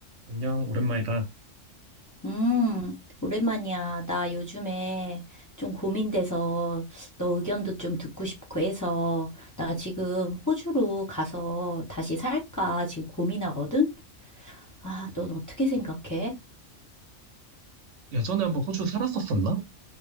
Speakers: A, on the right (about 70°); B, on the left (about 20°).
A: 안녕, 오랜만이다.
B: 음, 오랜만이야. 나 요즘에 좀 고민돼서 너 의견도 좀 듣고 싶고 해서 나 지금 호주로 가서 다시 살까 지금 고민하거든? 아, 넌 어떻게 생각해?
A: 예전에 한번 호주 살았었었나?